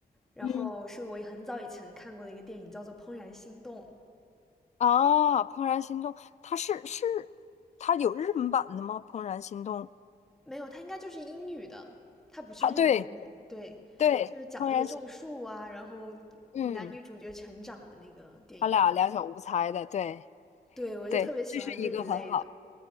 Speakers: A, in the centre; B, on the left (about 40°).
A: 然后是我很早以前看过的一个电影，
B: 嗯。
A: 叫做《怦然心动》，
B: 啊，《怦然心动》，它是是它有日本版的吗？《怦然心动》
A: 没有，它应该就是英语的，它不是日本电影。
B: 啊，对
A: 对，
B: 对，
A: 就是讲那个种树啊，
B: 《怦然心》，
A: 然后
B: 嗯，
A: 男女主角成长的那个电影。
B: 他俩两小无猜的，对
A: 对，我就特别喜欢这一类的。
B: 对，这是一个很好，